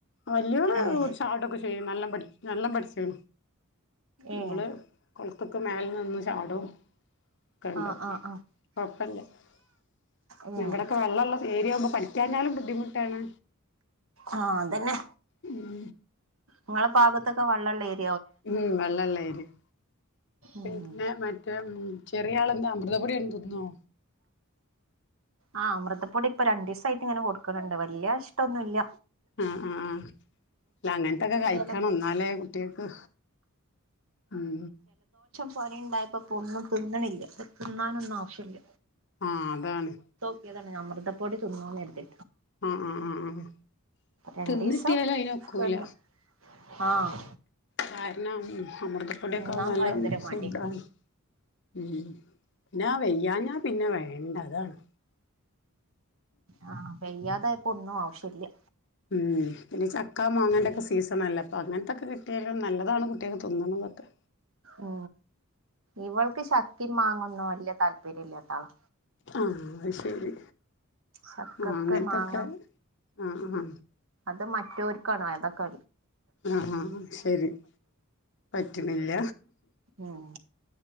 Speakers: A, on the left (about 55°); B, on the right (about 65°).
A: വല്യോള്
B: ഏഹ്
A: ചാടൊക്കെ ചെ ഏ‌ നല്ലം പട് നല്ലം പട്ച്ച്ണോ
B: ഏഹ്
A: ഇവള് കൊൾത്ക്ക് മേലെ നിന്ന് ചാടും കണ്ടു
B: ആഹ് ആഹ് ആഹ്
A: അപ് <unintelligible>
B: ആഹ്
A: ഇവടെക്കെ വള്ളള്ള ഏരിയാവുമ്പോ പഠിക്കാഞ്ഞാലും ബുദ്ധിമുട്ടാണ്
B: ആഹ് അതെന്നെ
A: ഊം
B: ഇങ്ങളെ പാഗത്തൊക്കെ വള്ളെ ള്ളേ ഹ്
A: ഉം വെള്ളള്ളെരി ഹ് പിന്നെ
B: ഉം
A: മറ്റ് മ് ചെറിയാളെന്താ അമൃതപ്പൊടി <unintelligible> തിന്നോ
B: ആ അമൃതപൊടിപ്പൊ രണ്ടീസായിട്ട്ങ്ങനെ കൊട്ക് ണ് ണ്ട്. വല്യേ ഇഷ്ട്ടൊന്നുല്ല.
A: ആ ആ ആ. ല്ലാ അങ്ങൻതൊക്കെ കഴിക്കണം
B: ജല
A: ഇന്നാലെ കുട്ട്യേൾക്ക് മ്
B: പനിണ്ടായപ്പൊ ഇപ്പൊന്നും തിന്ന്ണില്ല, ത് ന്നാനൊന്നും ആവശ്യല്ല.
A: ആഹ്... അതാണ്
B: ത്ത്യതാണ് അമൃതപ്പൊടി തുന്നൂന്നെര്തി.
A: ആഹ് ആഹ് ആഹ് ആഹ്.
B: രണ്ടീസം
A: തിന്നിട്ട്യാലയിനൊക്കൂല.
B: തിന്നു ആഹ്
A: കാരണം അമൃതപ്പൊടിയൊക്കെ
B: തിന്നാൻ
A: അത് നല്ല
B: ഭയങ്കര
A: ഫുഡാണ്.
B: മടി
A: മ് ന്നാ വയ്യാഞ്ഞാപിന്നെ വേണ്ട അതാണ്.
B: ആ വയ്യാതായ ഒന്നും ആവശ്യല്ല്യ.
A: ഉം പിന്നെ ചക്കാ മാങ്ങന്റൊക്കെ സീസണല്ലേ, അപ്പങ്ങൻത്തൊക്കെ കിട്ടിയാലും നല്ലതാണ് കുട്ടിയേക്ക് ത് ന്നണതൊക്കെ.
B: ഓ ഇവൾക്ക് ചക്കിം മാങ്ങൊന്നും വല്യ താല്പര്യല്ലാത്ത ആളാ.
A: ആഹ്.. അഹ്ശരി
B: ചക്കക്ക്
A: ആ അങ്ങനത്തൊക്കെ
B: മാങ്ങ
A: ആ ആ
B: ഇത് മറ്റോർക്കണ് ആതൊക്കെ
A: ആ ഹ ശരി പറ്റ്ണില്ല.
B: ഉം